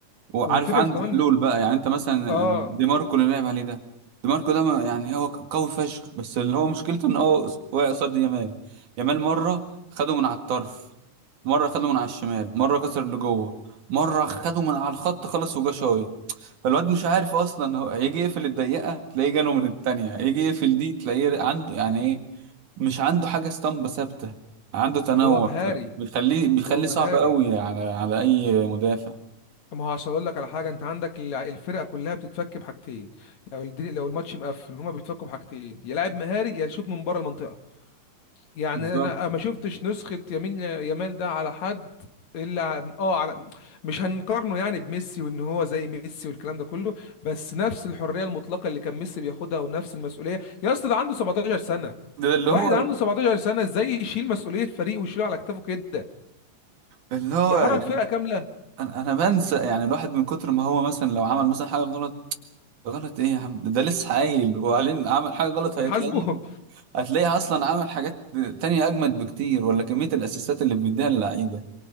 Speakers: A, on the right; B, on the left.
A: وعارف
B: والفكرة
A: عنده
B: في كمان
A: حلول بقى يعني انت مثلا
B: اه
A: دي ماركو اللي لعب عليه ده دي ماركو ده ما- يعني هو قوي فشخ بس اللي هو مشكلته ان هو واقع قصاد يامال يامال مره خده من على الطرف مره خده من على الشمال مره كسر اللي جوه مره خده من على الخط خلص وجا شايط فالواد مش عارف اصلا هو هيجي يقفل الدقيقه تلاقيه جاله من التانية يجي يقفل دي تلاقيه عنده يعني ايه مش عنده حاجه اسطمبه ثابته عنده تنوع
B: هو مهاري
A: بيخليه بيخليه
B: هو مهاري
A: صعب قوي على على اي مدافع
B: ما هو عشان اقول لك على حاجه انت عندك الع- الفرقه كلها بتتفك بحاجتين لو الدي... لو الماتش مقفل هما بيتفكوا بحاجتين يا لاعب مهاري يا شوط من بره المنطقه يعني
A: بالظبط
B: انا ما شفتش نسخه يمين يامال ده على حد الا ع- اه على مش هنقارنه يعني بميسي وان هو زي ميسي والكلام ده كله بس نفس الحريه المطلقه اللي كان ميسي بياخدها ونفس المسؤوليه يا اسطى ده عنده 17 سنه
A: ده اللي
B: واحد
A: هو
B: عنده 17 سنه ازاي يشيل مسؤوليه فريق ويشيله على كتافه كده
A: اللي هو
B: يحرك فرقه كامله
A: انا انا بنسى يعني الواحد من كتر ما هو مثلا لو عمل مثلا حاجه غلط غلط ايه يا عم ده ده لسه قايل وبعدين عمل حاجه غلط
B: هنحاسبه
A: هتلاقيه هتلاقيه اصلا عمل حاجات تانية اجمد بكتير ولا كميه الاسيستات اللي بيديها للعيبه